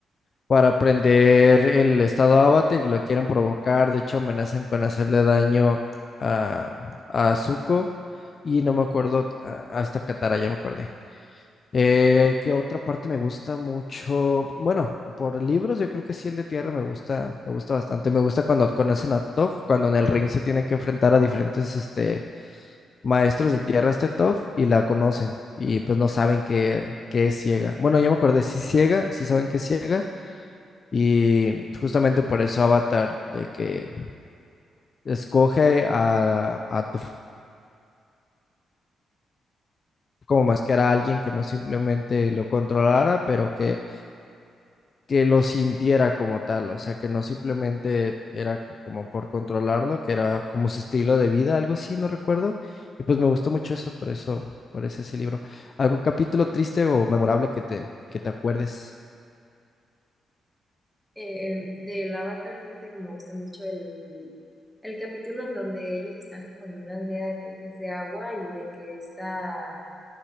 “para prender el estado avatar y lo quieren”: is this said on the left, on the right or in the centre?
Left